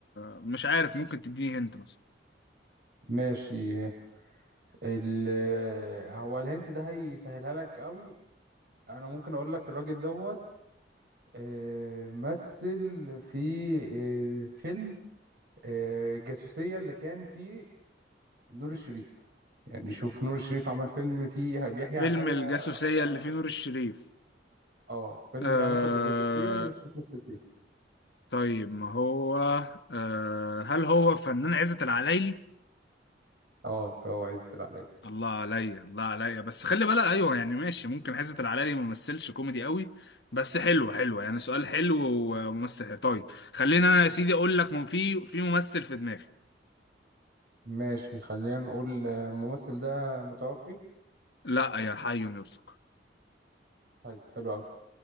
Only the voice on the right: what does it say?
ماشي ال هو الهنت ده هيسهلها لك قوي انا ممكن اقول لك الراجل دوت آه، مثل في آه، فيلم آه، جاسوسية اللي كان فيه نور الشريف يعني شوف نور الشريف عمل فيلم فيه بيحكي عن
حاجة
له
علاقة
اه فيلم
له علاقة بالجاسوسية نور الشريف مثل فيه
اه فهو عايز تطلع عليا
ماشي خلينا نقول آه، الممثل ده متوفي
طيب حلو قوي